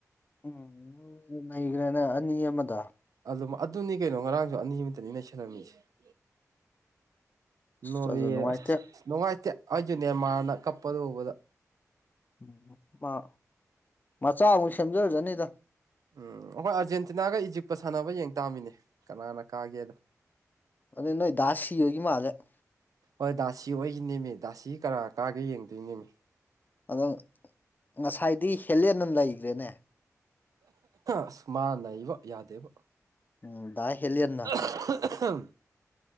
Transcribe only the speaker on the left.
ꯎꯝ ꯅꯣꯔꯋꯦꯅ ꯅꯩꯒꯔ꯭ꯦꯅꯦ ꯑꯅꯤ ꯑꯃꯗ꯫
ꯑꯁ
ꯑꯗꯨ ꯅꯨꯡꯉꯥꯏꯇꯦ
ꯎꯝ ꯃꯥ ꯃꯆꯥ ꯑꯃꯨꯛ ꯁꯦꯝꯖꯖꯔꯅꯤꯗ꯫
ꯑꯗꯨꯗꯤ ꯅꯣꯏ ꯗꯥ ꯁꯤꯕꯒꯤ ꯃꯥꯜꯂꯦ ꯫
ꯑꯗꯣ ꯉꯁꯥꯏꯗꯤ ꯍꯦꯂꯦꯟꯅ ꯅꯩꯒꯔ꯭ꯦꯅꯦ꯫
ꯎꯝ ꯗꯥ ꯍꯦꯜꯂꯦꯟꯅ ꯫